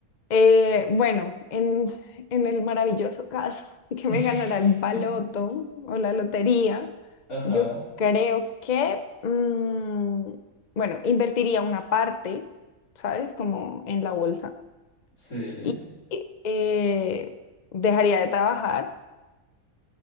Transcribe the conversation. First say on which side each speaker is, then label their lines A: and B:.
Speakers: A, on the left; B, on the left.
A: Eh, bueno, en, en el maravilloso caso de que
B: <laughs>
A: me ganara el baloto o la lotería,
B: Ajá,
A: yo creo que, mm, bueno, invertiría una parte, ¿sabes? Como en la bolsa.
B: sí,
A: Y eh, dejaría de trabajar